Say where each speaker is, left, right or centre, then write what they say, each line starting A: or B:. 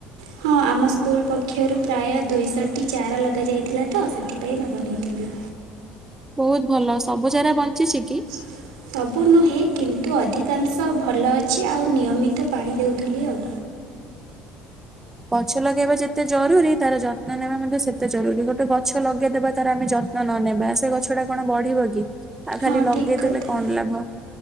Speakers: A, on the right; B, on the right.
A: ହଁ ଆମ ସ୍କୁଲ ପକ୍ଷରୁ ପ୍ରାୟ ଦୁଇଶହଟି ଚାରା ଲଗାଯାଇଥିଲା ତ ସେଥିପାଇଁ ଭାଗ ନେଇଥିଲି।
B: ବହୁତ ଭଲ ସବୁ ଚାରା ବଞ୍ଚିଛି କି?
A: <inaudible> ସବୁ ନୁହେଁ କିନ୍ତୁ ଅଧିକାଂଶ ଭଲ ଅଛି ଆଉ ନିୟମିତ ପାଣି ଦେଉଥିଲି ଆଉ।
B: ଗଛ ଲଗେଇବା ଯେତେ ଜରୁରୀ ତାର ଯ ତ୍ନ ନେବା ମଧ୍ୟ ସେତେ ଜରୁରୀ ଗୋଟେ ଗଛ ଲଗେଇଦବା ତାରା ଆମେ ଯତ୍ନ ନ ନେବା ସେ ଗଛ ଟା କଣ ବଢିବ କି। ଆଉ
A: ହଁ
B: ଖାଲି ଲଗେଇଦଲେ
A: ଠିକ୍ କଥା।
B: କଣ ଲାଭ।